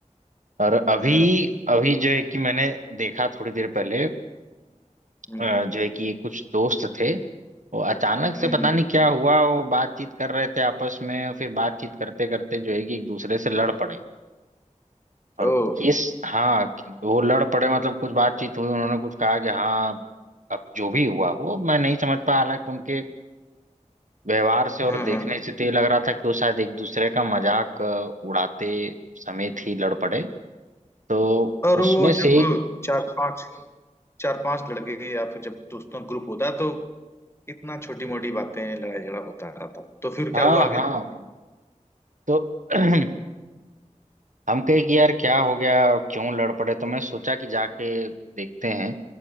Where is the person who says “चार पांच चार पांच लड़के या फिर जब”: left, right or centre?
Left